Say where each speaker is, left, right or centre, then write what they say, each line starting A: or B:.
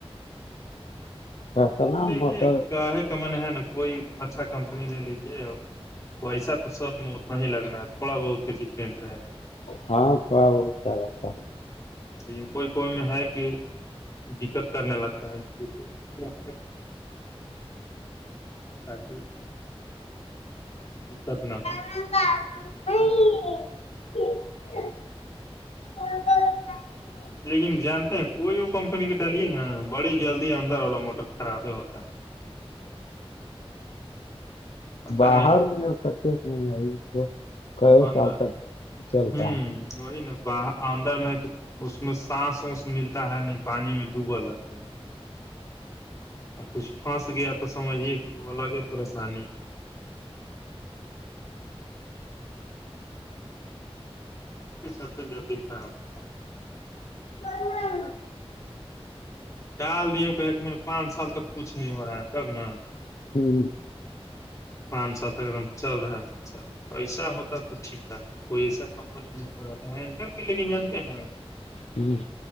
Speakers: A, on the left; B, on the left.
A: رتنا
B: دیکھیے
A: موٹر
B: کا ہے کمن ہے نا کوئی اچھا کمپنی لے لیجے ویسا تو سب میں اتنا ہی لگنا ہے تھوڑا بہت کے ڈفرینٹ رہے گا
A: ہاں تھوڑا وہولتا رہتا
B: لن کوئی کوئی میں ہے کہ دقت کرنے لگتا ہے اس لیےیک ا تاک دقت نہ ہو
A: ہ <inaudible>
B: لیکن جانتے ہیں کوئی وہ کمپنی کی ڈالے نا بڑی جلدی اندر والا موٹر خراب ہی ہوتا ہے پتا
A: باہر
B: نہیں
A: ن سکسیس نہیں آئی کئی
B: اندر
A: سال تک چلتا
B: ہوں
A: ہے
B: وہی نا باہر اندر میں ہے کہ اس میں سانس وس ملتی تا ہے نہیں پانی میں ڈوبل رہتا ہے کچھ پھنس گیا تو سمجھیے کہ وہ الگ ہی پریشانی ہے سب سے جلدی خراب ہوتا ہے
A: ہمم
B: ڈال دیے کہے م پانچ سال تک کچھ نہیں ہو رہا ہے تب نا
A: ہوں
B: پانچ سال اگر ہم چل رہا ہے ایسا ہوتا تو ٹھیک ہے کوئی ایسا کمپنی بک کر تھا ک لےگنانتے ہیں
A: ہوں